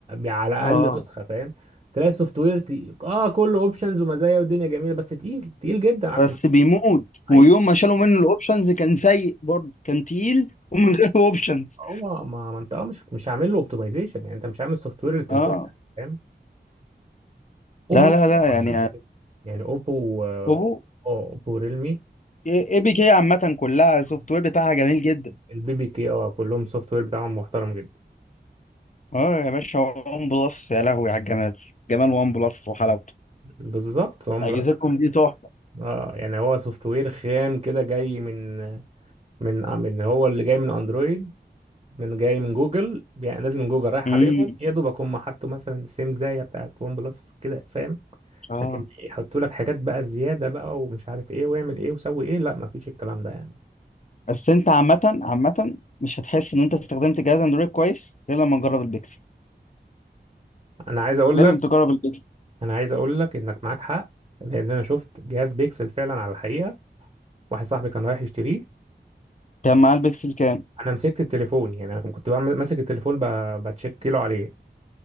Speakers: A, on the right (about 30°); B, on the left (about 45°).
A: على اقل
B: اه
A: نسخة فاهم تلاقي السوفت وير تقيل. اه كله اوبشنز ومزايا والدنيا جميلة بس تقيل تقيل جدا على
B: بس
A: التليفون
B: بيموت ويوم
A: ايوه
B: ما شالوا منه الاوبشنز كان سيء برضه كان تقيل ومن غير اوبشنز
A: هو ما, ما انت اه مش مش عامل له اوبتمايزيشن يعني انت مش عامل سوفت وير للتليفون
B: اه
A: ده فاهم
B: لا
A: اوبو
B: لا لا يعني
A: مش كده يعني اوبو اه
B: اوبو
A: اوبو ريلمي
B: اي بي كي عامة كلها السوفت
A: والبي
B: وير بتاعها جميل جدا
A: بي كي اه كلهم سوفت وير بتاعهم محترم جدا
B: اه يا باشا وان بلس يا لهوي على الجمال جمال وان بلس وحلاوته
A: بالظبط وان
B: اجهزتكم
A: بلس
B: دي تحفه
A: اه يعني هو سوفت وير خام كده جاي من من آه، من هو اللي جاي من اندرويد من جاي من جوجل يعني لازم من جوجل رايح
B: امم
A: عليهم يا دوب اكون محطه مثلا سيم زي بتاعت ون بلس كده فاهم
B: اه
A: لكن يحطوا لك حاجات بقى زياده بقى ومش عارف ايه واعمل ايه وسوي ايه لا مفيش الكلام ده يعني
B: بس انت عامة عامة مش هتحس ان انت استخدمت جهاز اندرويد كويس غير لما نجرب البيكسل
A: انا عايز اقول
B: لازم
A: لك
B: تجرب البيكسل
A: انا عايز اقول لك انك معاك حق لان انا شفت جهاز بيكسل فعلا على الحقيقه واحد صاحبي كان رايح يشتريه
B: كان معاه البيكسل كام؟
A: انا مسكت التليفون يعني انا كنت بعمل- ماسك التليفون ب- بتشيك كيلو عليه